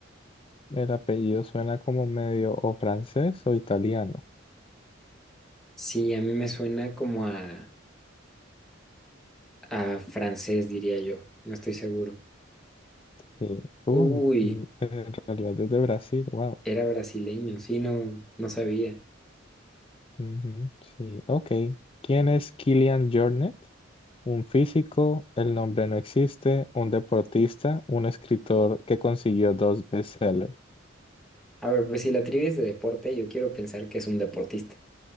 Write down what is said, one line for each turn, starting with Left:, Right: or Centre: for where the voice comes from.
Left: el apellido suena como medio o francés o italiano.
Centre: Sí, a mí me suena como a a francés, diría yo. No estoy seguro.
Left: Sí. Uy,
Centre: Uy,
Left: mm, en realidad es de Brasil, wow.
Centre: era brasileño. Sí, no, no sabía.
Left: Ujú, sí, ok. ¿Quién es Kylian Jornet? Un físico, el nombre no existe, un deportista, un escritor que consiguió dos bestsellers.
Centre: A ver, pues si la trivia es de deporte, yo quiero pensar que es un deportista.